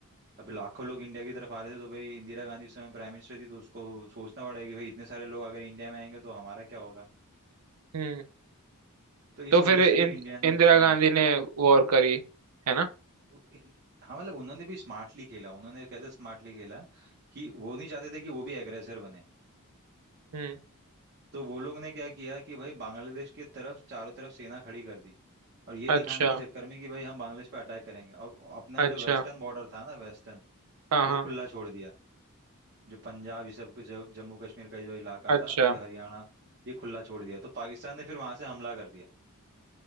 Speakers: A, on the right; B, on the right.
A: अब लाखों लोग इंडिया की तरफ आ रहे थे तो भाई इंदिरा गांधी उस समय प्राइम मिनिस्टर थी तो उसको सोचना पड़ेगा कि भाई इतने सारे लोग अगर इंडिया में आएंगे तो हमारा क्या होगा
B: हम्म
A: तो
B: तो
A: इस वजह
B: फिर इं,
A: से फिर इंडिया ने
B: इंदिरा
A: उस समय
B: गांधी ने वॉर करी है ना
A: इन- हाँ मतलब उन्होंने भी स्मार्टली खेला उन्होंने कैसे स्मार्टली खेला कि वो नहीं चाहते थे कि वो भी एग्रेसर बने
B: हम्म
A: तो वो लोग ने क्या किया कि भाई बांग्लादेश की तरफ चारों तरफ सेना खड़ी कर दी और ये दिखाने
B: अच्छा
A: के चक्कर में कि भाई हम बांग्लादेश पे अटैक करेंगे और अपना
B: अच्छा
A: जो वेस्टर्न बॉर्डर था ना वेस्टर्न
B: हाँ
A: वो
B: हाँ
A: खुला छोड़ दिया जो पंजाब ये सब के जो जम्मू कश्मीर का ये जो इलाका
B: अच्छा
A: था ये हरियाणा ये खुला छोड़ दिया तो पाकिस्तान ने फिर वहां से हमला कर दिया